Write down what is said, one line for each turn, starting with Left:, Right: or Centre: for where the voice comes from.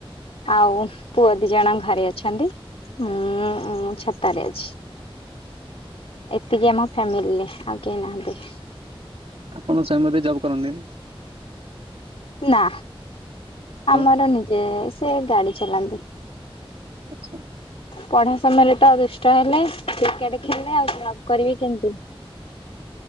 Left: ଆଉ ପୁଅ ଦି ଜଣ ଘରେ ଅଛନ୍ତି। ଉଁ ମୁଁ ଛାତରେ ଅଛି। ଏତିକି ଆମ ଫ୍ୟାମିଲିରେ ଆଉ କେହି ନାହାନ୍ତି।
Right: ଆପଣଙ୍କ ସ୍ବାମୀ ବୋଧେ ଜବ୍ କରନ୍ତିନି?
Left: ନା
Right: ଆଉ
Left: ଆମର ନିଜେ ସେ ଗାଡି ଚଲାନ୍ତି।
Right: ଆଚ୍ଛା।
Left: ପଢ଼ା ସମୟରେ ତ ଦୁଷ୍ଟ ହେଲେ, କ୍ରିକେଟ୍ ଖେଳିଲେ, ଆଉ ଜବ୍ କରିବେ କେମିତି?